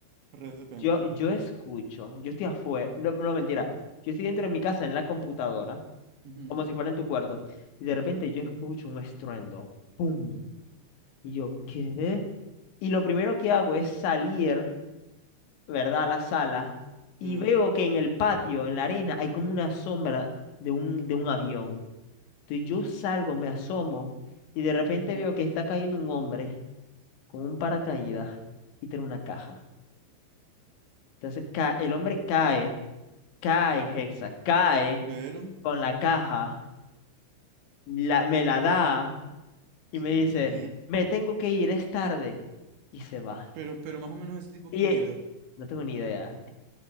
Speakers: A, on the right; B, on the left.
A: Re depende.
B: yo, yo escucho, yo estoy afuera, no, no mentira, yo estoy dentro de mi casa en la computadora,
A: ujú,
B: como si fuera en tu cuarto, y de repente yo escucho un estruendo, ¡pum! Y yo,
A: ujú,
B: ¿qué? Y lo primero que hago es salir, ¿verdad? A la sala y
A: Ok,
B: veo que en el patio, en la arena, hay como una sombra de un, de un avión. Entonces yo salgo, me asomo y de repente
A: Ajá.
B: veo que está cayendo un hombre con un paracaídas y tiene una caja. Entonces ca- el hombre cae, cae, Hexa, cae
A: Pero,
B: con la caja, la- me la da y
A: ¿qué?
B: me dice, me tengo que ir, es tarde. Y se va.
A: Pero, pero más o menos ese tipo,
B: Y
A: ¿quién
B: eh,
A: era?
B: no tengo ni idea.